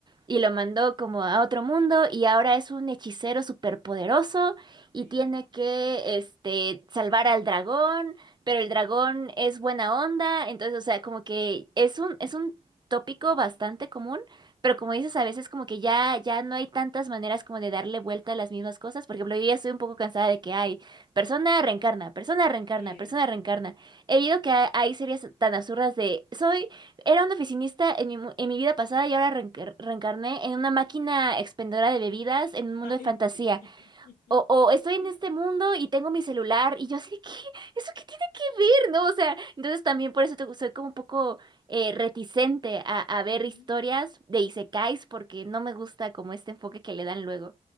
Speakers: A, on the right (about 30°); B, on the left (about 80°).
A: y lo mandó como a otro mundo y ahora es un hechicero superpoderoso y
B: Sí,
A: tiene que este salvar al dragón, pero el dragón es buena onda, entonces, o sea, como que es un es un tópico bastante común, pero como dices, a veces como que ya ya no hay tantas maneras como de darle vuelta a las mismas cosas, por ejemplo, yo ya estoy un poco cansada de que hay persona reencarna, persona reencarna,
B: sí.
A: persona reencarna. He oído que ha- hay series tan absurdas de soy era un oficinista en mi, mu- en mi vida pasada y ahora reencar- reencarné en una máquina expendedora de bebidas en un mundo
B: Ay,
A: de fantasía.
B: sí. <laughs>
A: O, o estoy en este mundo y tengo mi celular y yo así de, ¿qué? ¿Eso qué tiene que ver? ¿No? O sea, entonces también por eso te- soy como un poco eh, reticente a, a ver
B: Ujú.
A: historias de isekais porque no me gusta como este enfoque que le dan luego.